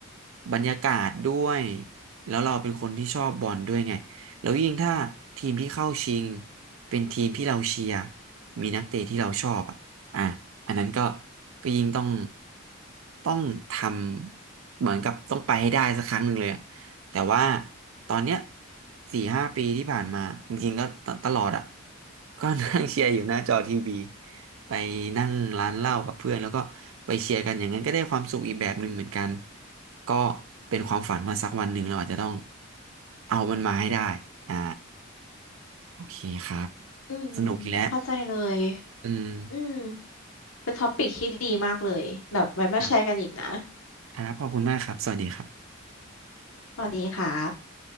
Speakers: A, on the right (about 70°); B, on the left (about 80°).
A: บรรยากาศด้วยแล้วเราเป็นคนที่ชอบบอลด้วยไงแล้วยิ่งถ้าทีมที่เข้าชิงเป็นทีมที่เราเชียร์มีนักเตะที่เราชอบอ่ะอ่ะอันนั้นก็ก็ยิ่งต้องต้องทำเหมือนกับต้องไปให้ได้สักครั้งหนึ่งเลยอะแต่ว่าตอนเนี้ยสี่ห้าปีที่ผ่านมาจริงๆก็ตตลอดอ่ะก็นั่งเชียร์อยู่หน้าจอทีวี ไปนั่งร้านเหล้ากับเพื่อนแล้วก็ไปเชียร์กันอย่างนั้นก็ได้ความสุขอีกแบบหนึ่งเหมือนกันก็เป็นความฝันว่าสักวันหนึ่งเราอาจจะต้องเอามันมาให้ได้อ่าโอเคครับ
B: อืม
A: สนุกอีกแล้ว
B: เข้าใจเลย
A: อืม
B: อืม เป็นท็อปิกที่ดีมากเลยแบบไว้มาแชร์กันอีกนะ
A: ครับครับขอบคุณมากครับสวัสดีครับ
B: สวัสดีครับ